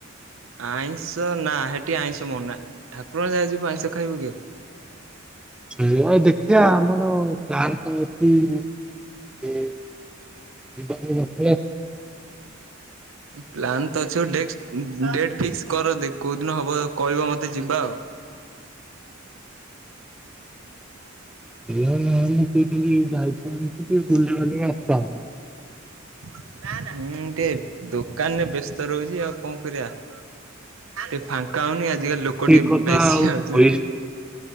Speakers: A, on the right; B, in the centre.
A: ଆଇଁଷ ନା ହେଠି ଆଇଁଷ ମନା ଠାକୁରଙ୍କ ଯାଗା ଯିବୁ ଆଇଁଷ ଖାଇବୁ କି ଆଉ
B: ସେଇଆ ଦେଖିବା ଆମର ପ୍ଲାନ କଣ ଅଛି
A: ହେ
B: ସେ ଯିବାର ହିଁ ନଥିଲା
A: ପ୍ଲାନ୍ ତ ଅଛି ଆଉ ଡେକ୍ସ ଡେଟ୍ ଫିକ୍ସ କର ଦେ କୋଉ ଦିନ ହବ କହିବ ମତେ ଯିବା ଆଉ
B: ନା ମୁଁ କହୁଥିଲି ଯାଇଥାନ୍ତେ ଟିକେ ବୁଲାବୁଲି ଆସିଥାନ୍ତେ
A: ମୁଁ ଟିକେ ଦୋକାନରେ ବ୍ୟସ୍ତ ରହୁଛି ଆଉ କଣ କରିବା ଟିକେ ଫାଙ୍କା ହଉନି ଆଜିକାଲି ଲୋକ
B: ଠିକ
A: ଟିକେ
B: କଥା
A: ବେଶୀ
B: ଆଉ
A: ହଉଛନ୍ତି
B: ପଇସା